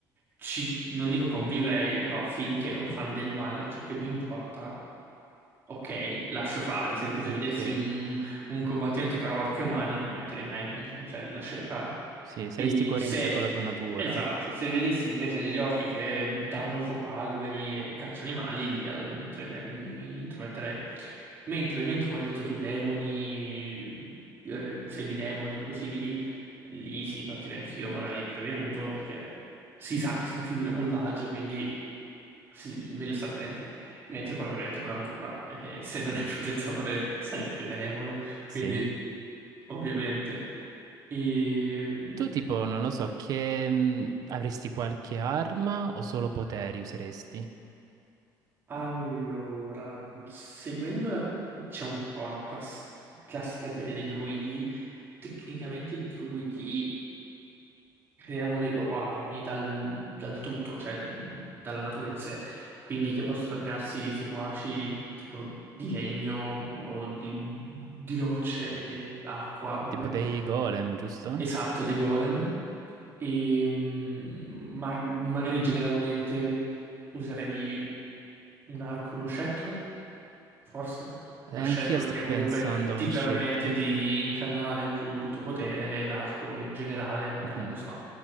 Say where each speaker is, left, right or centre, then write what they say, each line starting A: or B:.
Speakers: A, on the right (about 30°); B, on the right (about 50°).
A: ci, non dico convivrei, però finché non fanno del male a ciò che mi importa, ok, lascio fare. Ad esempio, se
B: ok.
A: vedessi un, un combattimento tra orchi e umani, non mi metterei mai in mezzo, cioè lascerei fare.
B: Sì, saresti
A: E
B: coerente
A: se,
B: con la tua natura.
A: esatto, se vedessi invece degli orchi che danno fuoco a alberi e cacciano animali, lì allora mi, introme- mi intrometterei. Mentre elementi, come hai detto tu, demoni, eh, semidemoni, robe simili, lì sì, partirei anch'io, magari prevenuto, perché si sa che sono figure malvagie, quindi sì, meglio stare attenti. Mentre poi ovviamente con la natura, eh, essendone il protettore, <laughs> sarei più che benevolo,
B: Sì.
A: quindi ovviamente. Ehm,
B: Tu tipo, non lo so, che mh, avresti qualche arma o solo poteri useresti?
A: Allora, seguendo la, c'è un po' una class- classica teoria dei druidi, tecnicamente i druidi creano le loro armi dal, dal tutto, cioè mh, dalla natura in sé, quindi che possono crearsi seguaci tipo di legno o di, di rocce, acqua, robe.
B: Tipo dei golem, giusto?
A: Esatto, dei golem. E, mm, ma magari generalmente userei un arco, uno scettro, forse.
B: Eh,
A: Lo
B: anch'io
A: scettro
B: stavo
A: perché comunque
B: pensando a
A: ti
B: uno
A: permette
B: scettro.
A: di incanalare più il tuo potere, e l'arco in generale, magari
B: Mhm,
A: non so.